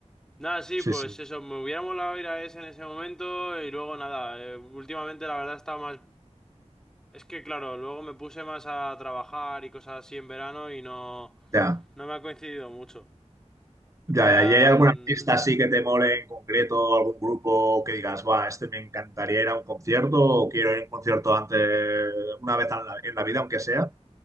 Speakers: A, in the centre; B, on the right.
A: Nada, sí,
B: sí,
A: pues
B: sí.
A: eso, me hubiera molado ir a ese en ese momento y luego nada, eh, últimamente la verdad estaba más... Es que claro, luego me puse más a trabajar y cosas así en verano y no,
B: Ya,
A: no me ha coincidido mucho. En
B: ya,
A: plan...
B: ya. ¿Y hay algún artista así que te mole en concreto, algún grupo que digas, va, este me encantaría ir a un concierto o quiero ir a un concierto antes, una vez en la, en la vida, aunque sea?